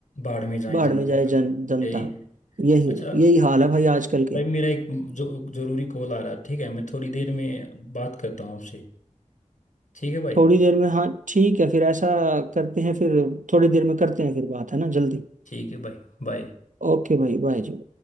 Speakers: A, on the left; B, on the right.
A: बाढ़ में जाए
B: बाढ़
A: जनता
B: में जाए जन जनता
A: यही है
B: यही
A: अच्छा
B: यही हाल है भाई आजकल के
A: भाई मेरा एक जो, जरूरी कॉल आ रहा है ठीक है मैं थोड़ी देर में बात करता हूँ आपसे ठीक है भाई
B: थोड़ी देर में हाँ ठीक है फिर ऐसा करते हैं फिर थोड़ी देर में करते हैं फिर बात है ना जल्दी
A: ठीक है भाई बाय
B: ओके भाई बाय जी